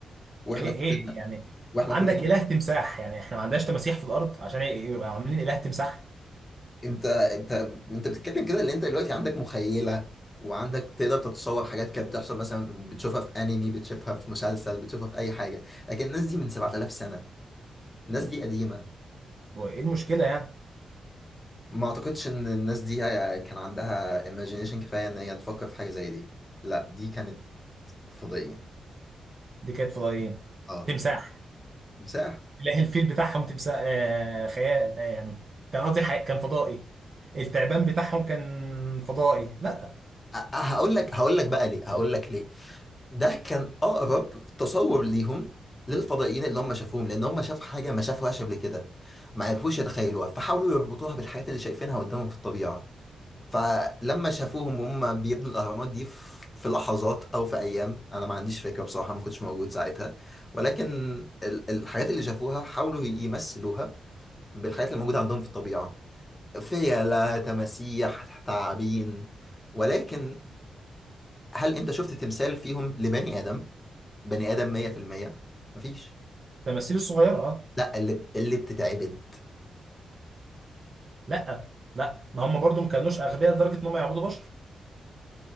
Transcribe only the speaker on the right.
ايه
ايه يعني
عندك
اله تمساح يعني احنا ما عندناش تماسيح في الارض عشان يبقى عاملين اله تمساح
هو ايه المشكله يعني
دي كانت فضائيين
تمساح
اله الفيل بتاعهم تمساح آه خيال آه يعني كان قصدي حي- كان فضائي التعبان بتاعهم كان فضائي لا
تماثيل الصغيره اه
لا لا ما هم برضو ما كانوش اغبياء لدرجه ان هم يعبدوا بشر